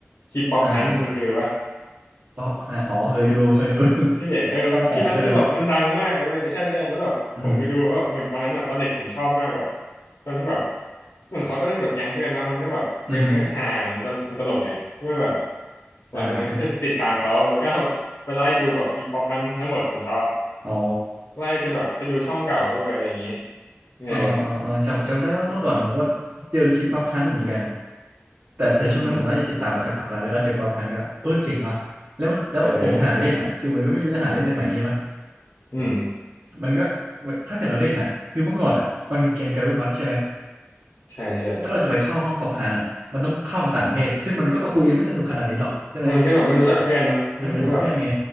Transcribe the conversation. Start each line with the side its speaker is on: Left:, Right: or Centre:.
Left: คลิปป๊อปฮันคุณเคยดูปะ
Right: อ่าป๊อปฮะอ๋อเคยดูเคยดู <laughs>
Left: พี่เอกเออคลิปนั้นคือแบบมันดังมากเลยเว้ยเออใช่ใช่แล้วแบบผมไปดูแล้วแบบเหมือนตอนนั้นแบบตอนเด็กผมชอบมากแบบ
Right: ซ่อนแอบใช่ไหมอืม
Left: ตอนที่แบบเหมือนเขาก็เล่นกับแก๊งเพื่อนเนาะมันก็แบบเออมันก็ฮามันตลมันตลกไงก็แบบ
Right: อืมออ
Left: หลังจากนั้นก็คือติดตามเขาแล้วก็
Right: อ่าฮะ
Left: ไปไล่ดูแบบคลิปป๊อปฮันทั้งหมดของเขาอะ
Right: อ๋อ
Left: ไล่จนแบบไปดูช่องเก่าด้วยอะไรอย่างงี้เออ
Right: อ่าอ่าอ่าจำจำได้ว่าเมื่อก่อนผมก็เจอคลิปป๊อปฮันเหมือนกัน
Left: อืม
Right: แต่แต่ช่วงนั้นผมน่าจะติดตามมาจากพักแล้ว
Left: อืม
Right: แล้วก็เจอป๊อปฮันก็เออเจ๋งว่ะแล้วมันแล้วผมหาเล่นน่ะ
Left: เออเออเออ
Right: คือมันก็ไม่รู้จะหาเล่นจากไหนใช่ปะ
Left: อืม
Right: มันก็ถ้าเกิดเราเล่นน่ะคือเมื่อก่อนอ่ะมันเป็นเกมแกรี่มัดใช่ไหม
Left: ใช่ใช่
Right: ถ้าเราจะไปเข้าห้องป๊อปฮันอ่ะมันต้องเข้ากับต่างประเทศซึ่งมันก็คุยกันไม่สนุกขนาดนี้หรอกใช่ไหม
Left: มันก็แบบไม่รู้จักเพื่อนเนาะมันก็แบบ
Right: มันไม่เหมือนเพื่อนไง